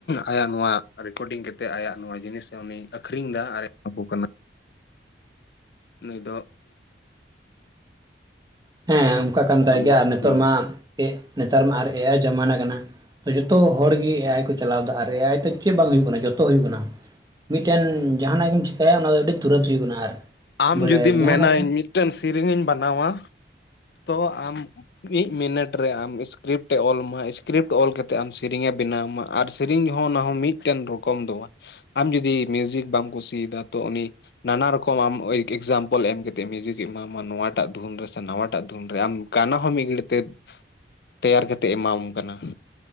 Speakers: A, on the left; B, on the right.
A: ᱟᱭᱟᱜ ᱱᱚᱣᱟ ᱨᱮᱠᱚᱨᱰᱤᱝ ᱠᱮᱛᱮᱫ ᱟᱭᱟᱜ ᱱᱚᱣᱟ ᱡᱤᱱᱤᱥᱮ ᱩᱱᱤᱭ ᱟᱹᱠᱷᱨᱤᱧ ᱫᱟ ᱟᱨᱮ ᱮᱢᱟ ᱠᱚ ᱠᱟᱱᱟ ᱱᱩᱭ ᱫᱚ᱾
B: ᱦᱮᱸ ᱚᱱᱠᱟ ᱠᱟᱱ ᱛᱟᱭ
A: ᱟᱵᱚᱣᱟᱜ
B: ᱜᱮᱭᱟ ᱟᱨ ᱱᱮᱛᱚᱨ
A: ᱦᱩᱸ
B: ᱢᱟ ᱱᱮᱛᱟᱨ ᱢᱟ ᱟᱨ ᱮ ᱟᱭ ᱡᱟᱢᱟᱱᱟ ᱠᱟᱱᱟ᱾ ᱡᱚᱛᱚ ᱦᱚᱲᱜᱮ ᱮ ᱟᱭ ᱠᱚ ᱪᱟᱞᱟᱣ ᱫᱟ ᱟᱨ ᱮ ᱟᱭ ᱫᱚ ᱪᱮᱫ ᱵᱟᱝ ᱦᱩᱭᱩᱜ ᱠᱟᱱᱟ ᱡᱚᱛᱚ ᱦᱩᱭᱩᱜ ᱠᱟᱱᱟ, ᱢᱤᱫᱴᱮᱱ ᱡᱟᱦᱱᱟᱜ ᱜᱮᱢ ᱪᱤᱠᱟᱭᱟ ᱚᱱᱟ ᱫᱚ ᱟᱹᱰᱤ ᱛᱩᱨᱟᱹᱛ ᱦᱩᱭᱩᱜ ᱠᱟᱱᱟ ᱟᱨ
A: ᱟᱢ
B: ᱵᱚᱞᱮ
A: ᱡᱩᱫᱤᱢ
B: ᱡᱟᱦᱟᱱᱟᱜ
A: ᱢᱮᱱᱟᱧ
B: ᱜᱮ
A: ᱢᱤᱫᱴᱮᱱ ᱥᱤᱨᱧᱤᱧ ᱵᱟᱱᱟᱣᱟ ᱛᱚ ᱟᱢ ᱢᱤᱫ ᱢᱤᱱᱤᱴ ᱨᱮ ᱟᱢ ᱤᱥᱠᱨᱤᱯᱴ ᱮ ᱚᱞᱢᱟ ᱤᱥᱠᱨᱤᱯᱴ ᱚᱞ ᱠᱟᱛᱮᱫ ᱟᱢ ᱥᱮᱨᱮᱧ ᱮ ᱵᱮᱱᱟᱣ ᱟᱢᱟ ᱟᱨ ᱥᱮᱹᱨᱮᱧ ᱦᱚᱸ ᱚᱱᱟ ᱦᱚᱸ ᱢᱤᱫᱴᱮᱱ ᱨᱚᱠᱚᱢ ᱫᱚ ᱵᱟ, ᱟᱢ ᱡᱩᱚᱫᱤ ᱢᱤᱭᱣᱩᱡᱤᱠ ᱵᱟᱢ ᱠᱩᱥᱤᱭ ᱫᱟ ᱛᱚ ᱩᱱᱤ ᱱᱟᱱᱟ ᱨᱚᱠᱚᱢ ᱟᱢ ᱳᱭᱮᱠ ᱮᱠᱥᱟᱢᱯᱮᱞ ᱮᱢ ᱠᱟᱛᱮᱫ ᱢᱤᱭᱩᱡᱤᱠ ᱮᱢᱟᱢᱟ ᱱᱚᱣᱟᱴᱟᱜ ᱫᱷᱩᱱ ᱨᱮᱥ ᱥᱮ ᱱᱟᱣᱟᱴᱟᱜ ᱫᱷᱩᱱ ᱨᱮ ᱟᱢ ᱠᱟᱱᱟ ᱦᱚᱸ ᱢᱤᱫ ᱜᱷᱟᱹᱲᱤᱡ ᱛᱮ ᱛᱮᱭᱟᱨ ᱠᱟᱛᱮᱫ ᱮᱢᱟᱢ ᱠᱟᱱᱟ᱾